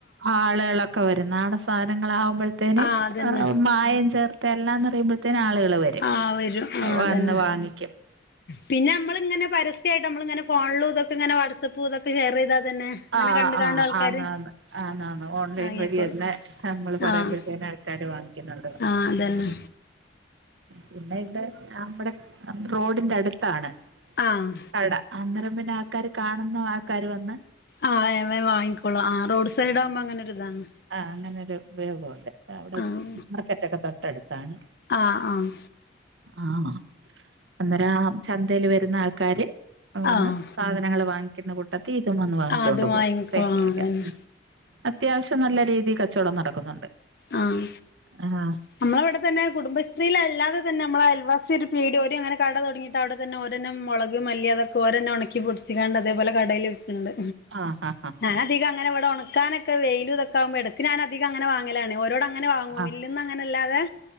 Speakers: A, on the right; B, on the left.
A: ആൾളൊക്കെവരും നാടൻ സാധനങ്ങളാകുമ്പഴ്ത്തേന്
B: ആഹ് അതന്നെ
A: മാ യം ച്ചെർത്തല്ലാന്ന് അറിയുമ്പോഴത്തേന് ആളേള് വരും
B: ആഹ് വരും ആതന്നെ
A: വന്ന് വാങ്ങിക്കും
B: പിന്നെ നമ്മള്ങ്ങനെ പരസ്യയിട്ട് നമ്മൾങ്ങനെ ഫോൺലും തൊക്കെങ്ങനെ വാട്സപ്പ് ഇതൊക്കെ ഷെയർയ്താ തന്നെ അങ്ങനെ
A: ആഹ്
B: കണ്ട്
A: ആഹ്
B: കാണ്ട് ആൾക്കാര്
A: അതാണ് ആന്നാന്നു ഓൺലൈൻ
B: വാങ്ങിക്കോളും
A: വഴി തന്നെ നമ്മള് പറയമ്പഴത്തേന്
B: ആഹ്
A: ആൾക്കാര് വാങ്ങിക്കുന്നുണ്ട്
B: ആഹ് അതന്നെ
A: പിന്നെ ഇവിടെ അമ്മടെ റോഡിന്റടുത്താണ്
B: ആഹ്
A: കട അന്നെരം പിന്നെ ആൾക്കാര് കാണുന്ന ആൾക്കാര് വന്ന്
B: ആഹ് വേം വേം വാങ്ങിക്കോളും ആഹ് റോഡ് സൈഡ് ആമ്പ അങ്ങനൊരിതാണ്
A: ആഹ് അങ്ങനൊര് ഉപയോഗം ഒണ്ട് അവിടെ
B: ആഹ്
A: <unintelligible> ഒക്കെ തൊട്ടടുത്താണ്
B: ആഹ് ആഹ്
A: ആഹ് അന്നെരം ആ ചന്തേല് വരുന്ന ആൾക്കാര് വന്ന്
B: ആഹ്
A: സാധനങ്ങള് വാങ്ങിക്കുന്ന കൂട്ടത്തി ഇതും വന്ന് വാങ്ങിച്ചോണ്ട്
B: ആഹ് അത്
A: പോകും
B: വാങ്ങിക്കോ
A: തേങ്ങേക്കെ
B: ആഹ് അതന്നെ
A: ഉം അത്യാവശ്യം നല്ല രീതി കച്ചവടം നടക്കുന്നുണ്ട്
B: ആഹ്
A: ആഹ്
B: നമ്മടിവിടെ തന്നെ കുടുംബ ശ്രീല്ലല്ലാതെതന്നെ നമ്മളയൽവാസി ഒരു പീടിയ ഒരു അങ്ങനെ കട തൊടങ്ങീട്ട് അവിടെ തന്ന ഓ രന്നെ മുളക് മല്ലി അതൊക്കെ ഓരെന്നെ ഒണക്കി പൊടിച്ചിങ്ങാണ്ട് അതേപോലെ കടയിൽ വിക്ക്ണ്ട്
A: ആഹ് ആഹ്
B: ഞാനധികം അങ്ങന ഇവിടെ ഒണക്കാനൊക്കെ വെയില് ഇതൊക്കെ ആകുമ്പോ ഇടക്ക് ഞാനധികം അങ്ങനെ വാങ്ങലാണ് ഓരോട ങ്ങനവാങ്ങും
A: ആഹ്
B: മില്ല്ന്ന് അങ്ങനല്ലാതെ